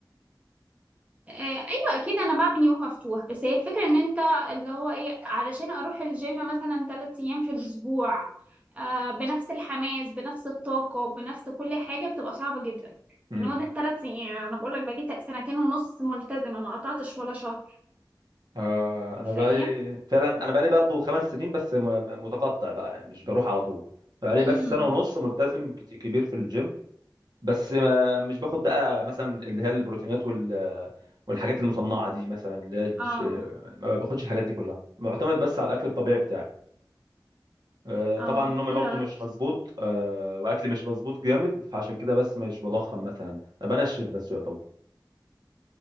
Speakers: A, on the right; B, on the right.
A: آه، ايوه اكيد انا بعمل يوم مفتوح بس هي الفكره ان انت اللي هو ايه علشان اروح الجيم مثلا ثلاث ايام في الاسبوع آه بنفس الحماس بنفس الطاقه بنفس كل حاجه بتبقى صعبه جدا
B: امم
A: ان هو ده الثلاث ايام انا بقول لك بقالي تق- سنتين ونص ملتزمه ما قطعتش ولا شهر
B: آه انا
A: فاهم
B: بقالي فعلا انا بقالي برضه خمس سنين بس م- م- متقطع بقى يعني مش بروح على طول بقالي
A: امم
B: بس سنه ونص ملتزم كت- كبير في الجيم بس ما مش باخد بقى مثلا اللي هي البروتينات وال والحاجات المصنعه دي مثلا اللي هي الج-
A: اه
B: ما باخدش الحاجات دي كلها معتمد بس على الاكل الطبيعي بتاعي آه،
A: اه
B: طبعا نومي
A: حلو
B: برضو
A: قوي
B: مش مظبوط آه، واكلي مش مظبوط جامد فعشان كده بس مش بضخم مثلا أنا بنشف بس يعتبر